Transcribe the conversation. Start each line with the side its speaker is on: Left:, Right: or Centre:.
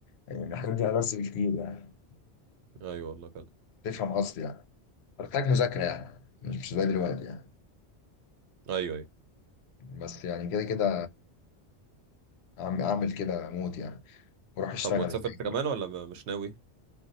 Left: يعني الحاجات دي ألذ بكتير يعني
Right: ايوه والله فعلا
Left: تفهم قصدي يعني بحتاج مذاكرة يعني مش مش زي دلوقتي يعني
Right: ايوه ايوه
Left: بس يعني كده كده عم اعمل كده موت يعني واروح اشتغل
Right: طب وتسافر
Left: يعني
Right: انت كمان ولا م- مش ناوي